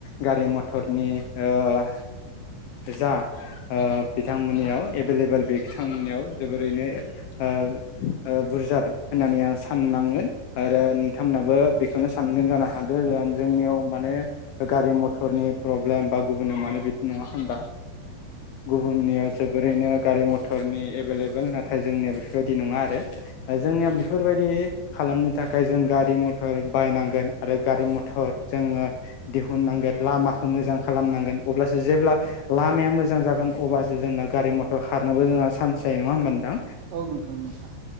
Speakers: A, on the left (about 80°); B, on the right (about 85°).
A: गारि मथरनि ओ जा बिथांमोननियाव एभेलेबेल बे बिथांमोननियाव जोबोरैनो ओ बुरजा दं होननानै आं साननांगोन । आरो नोंथांमोनहाबो बेखौनो सानगोन जानो हा हागोन जोंनियाव माने गारि मथ मटरनि प्रब्लेम बा गुबुनाव मानो बिदि नङा होनबा गुबुननियाव जोबोरैनो गारि मथरनि एभेलेबल नाथाय जोंनिया बेफोरबायदि नङा आरो जोंनिया बेफोरबायदि खालामनो थाखाय जों गारि मथर बायनांगोन आरो गारि मटर जोङो दिहुननांगोन। लामाखौ मोजां खालामनांगोन अब्लासो जेब्ला लामाया मोजां जागोन अब्लासो जोंना गारि मथर खारनोबो जोंहा चान्स जायो नङा होमबा नोंथां।
B: औ नोंथां नोंथां।